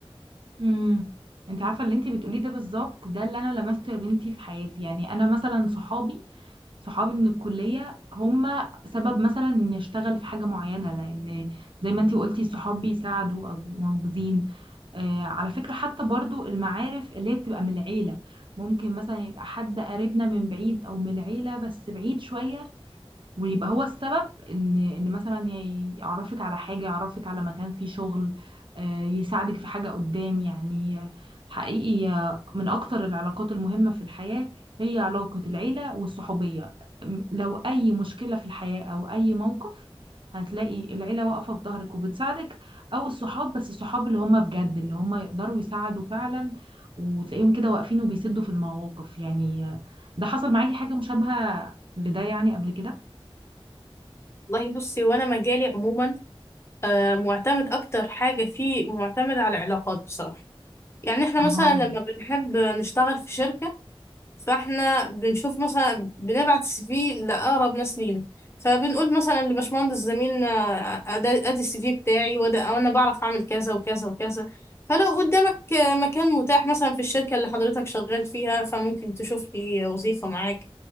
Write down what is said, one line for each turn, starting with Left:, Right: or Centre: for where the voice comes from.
Right: امم انت عارفه اللي انت بتقوليه ده بالظبط ده اللي انا لمسته يا بنتي في حياتي يعني انا مثلا صحابي صحابي من الكلية هم سبب مثلا إني أشتغل في حاجة معينة لأن زي ما أنتي قلتي الصحاب بيساعدوا أو بيبقوا موجودين آه على فكرة حتى برضو المعارف اللي هي بتبقى من العيلة ممكن مثلا يبقى حد قريبنا من بعيد أو من العيلة بس بعيد شوية ويبقى هو السبب ان ان مثلا ي- يعرفك على حاجه يعرفك على مكان فيه شغل آه، يساعدك في حاجه قدام يعني حقيقي آه، من اكتر العلاقات المهمه في الحياه هي علاقه العيله والصحوبيه م- لو اي مشكله في الحياه او اي موقف هتلاقي العيله واقفه في ظهرك وبتساعدك او الصحاب بس الصحاب اللي هم بجد اللي هم يقدروا يساعدوا فعلا وتلاقيهم كده واقفين وبيسدوا في المواقف يعني آه، ده حصل معاكي حاجه مشابهه لده يعني قبل كده
Left: والله بصي وانا مجالي عموما آه، معتمد اكتر حاجه فيه معتمد على العلاقات بصراحه يعني احنا
Right: اه
Left: مثلا لما بنحب نشتغل في شركة فاحنا بنشوف مثلا بنبعت السي في لأقرب ناس لينا فبنقول مثلا لباشمهندس زميلنا ادي أدي السي في بتاعي وده وانا بعرف اعمل كذا وكذا وكذا فلو قدامك آه، مكان متاح مثلا في الشركة اللي حضرتك شغال فيها فممكن تشوف لي وظيفة معاك